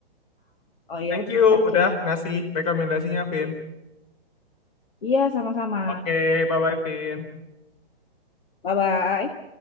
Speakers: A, on the left (about 65°); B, on the left (about 40°).
A: Oh, iya,
B: Thank you
A: oke.
B: udah ngasih rekomendasinya, Vin.
A: Iya, sama-sama.
B: Oke, bye-bye, Vin.
A: Bye-bye.